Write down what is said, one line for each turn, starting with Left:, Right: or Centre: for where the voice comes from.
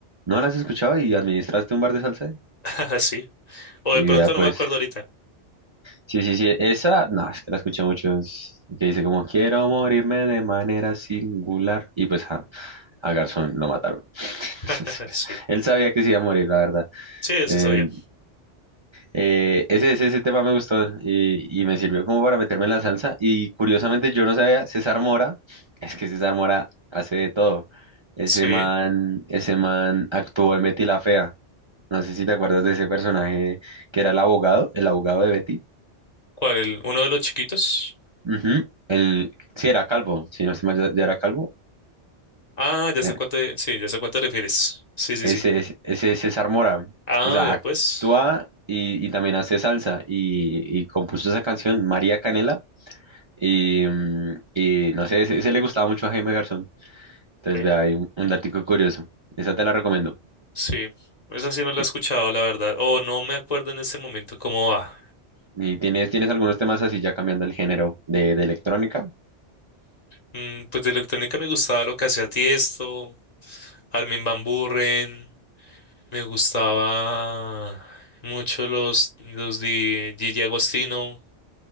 Right: ¿No la has escuchado y administraste un bar de salsa?
Left: <laughs> Sí. O
Right: Y
Left: de pronto
Right: vea, pues,
Left: no me acuerdo ahorita.
Right: sí, sí, sí, esa, no, es que la escuché mucho, es que dice como quiero morirme de manera singular. Y pues a, a Garzón lo mataron. <laughs>
Left: <laughs>
Right: Entonces, pues,
Left: Sí,
Right: él sabía que se iba a morir, la verdad.
Left: sí,
Right: Eh,
Left: sí sabía.
Right: Eh, ese, ese, ese tema me gustó y, y me sirvió como para meterme en la salsa. Y curiosamente yo no sabía, César Mora, es que César Mora hace de todo. Ese
Left: Sí.
Right: man, ese man actuó en Betty la Fea. No sé si te acuerdas de ese personaje que era el abogado, el abogado de Betty.
Left: ¿Cuál? el- ¿Uno de los chiquitos?
Right: Ujú. El, sí, era calvo, si no se mal, ya, ya era calvo.
Left: Ah, ya
Right: Ya.
Left: sé cuál te, sí, ya sé cuál te refieres. Sí, sí,
Right: Ese,
Left: sí.
Right: es- ese es César Mora.
Left: Ah,
Right: O sea,
Left: ya
Right: actúa
Left: pues.
Right: y, y también hace salsa y, y compuso esa canción, María Canela. Y, mm, y no sé, ese, ese le gustaba mucho a Jaime Garzón. Entonces,
Left: Ve.
Right: vea, hay un, un datico curioso. Esa te la recomiendo.
Left: Sí. Esa sí no la
Right: ¿Y,
Left: he escuchado, la verdad. O no me acuerdo en este momento cómo va.
Right: y tienes, tienes algunos temas así ya cambiando el género de, de electrónica?
Left: Mm, pues de electrónica me gustaba lo que hacía Tiesto, Armin van Buuren. Me gustaba mucho los, los de Gigi Agostino,